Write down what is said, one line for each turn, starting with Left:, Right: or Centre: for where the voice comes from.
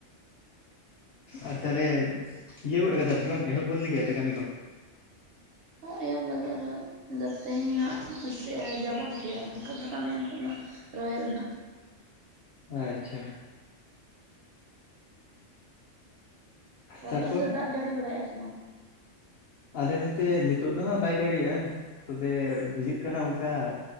Left: ᱟᱨ ᱛᱟᱦᱚᱞᱮ ᱤᱭᱟᱹ ᱜᱚᱫ ᱠᱟᱫᱟᱯᱮ ᱵᱟᱝ ᱮᱦᱚᱵ ᱜᱚᱫ ᱞᱟ. ᱜᱤᱫ ᱟᱯᱮ ᱠᱟᱹᱢᱤ ᱠᱚ
Right: ᱟᱦᱚᱵ ᱞᱟᱜᱤ ᱟᱞᱮ ᱟᱫᱚ ᱛᱮᱦᱮᱧ ᱦᱟᱸᱜ ᱡᱟᱵᱚᱲ ᱠᱮᱜ ᱟ ᱜᱟᱯᱟ ᱢᱮᱭᱟᱝ ᱠᱷᱚᱡ ᱢᱟ ᱨᱚᱦᱚᱭᱟᱞᱮ ᱱᱟᱸᱜ
Left: ᱟᱪᱪᱷᱟ ᱛᱟᱨᱯᱚᱨ
Right: ᱟᱯᱮ ᱚᱱᱛᱮ ᱫᱟᱜ ᱡᱟᱹᱲᱤ ᱵᱟᱲᱟᱭᱮᱜᱼᱟ ᱥᱮ ᱵᱟᱝ
Left: ᱟᱞᱮ ᱱᱚᱛᱮ ᱱᱤᱛᱚᱜ ᱫᱚ ᱦᱟᱸᱜ ᱵᱟᱭ ᱡᱟᱹᱲᱤᱭᱮᱜᱼᱟ ᱛᱚᱵᱮ ᱵᱩᱡᱷᱟᱹᱜ ᱠᱟᱱᱟ ᱚᱱᱠᱟ